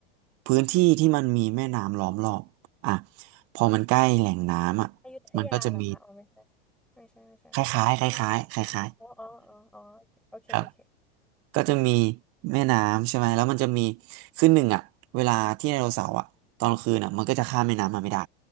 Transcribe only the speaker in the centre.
อยุธยาเหรอคะอ๋อไม่ใช่
ไม่ใช่ไม่ใช่
โอเคอ๋ออ๋ออ๋ออ๋อโอเคโอเค